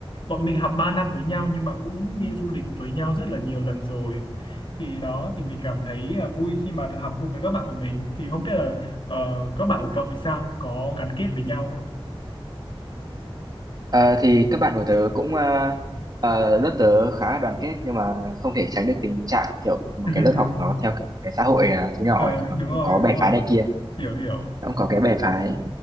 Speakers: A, on the left; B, on the right.
A: bọn mình học 3 năm với nhau nhưng mà cũng đi du lịch với nhau rất là nhiều lần rồi thì đó thì mình cảm thấy à, vui khi mà được học cùng với các bạn của mình thì không biết là ờ, các bạn của cậu thì sao có gắn kết với nhau không
B: Ờ, thì các bạn của tớ cũng ờ, ờ, lớp tớ khá là đoàn kết nhưng mà không thể tránh được tình trạng kiểu một
A: <laughs>
B: cái lớp học nó theo kiểu cái xã hội uh, thu nhỏ
A: Ừ, ờ,
B: ấy, nó
A: đúng rồi
B: cũng có
A: đúng
B: bè
A: rồi
B: phái này kia
A: hiểu hiểu
B: nó cũng có cái bè phái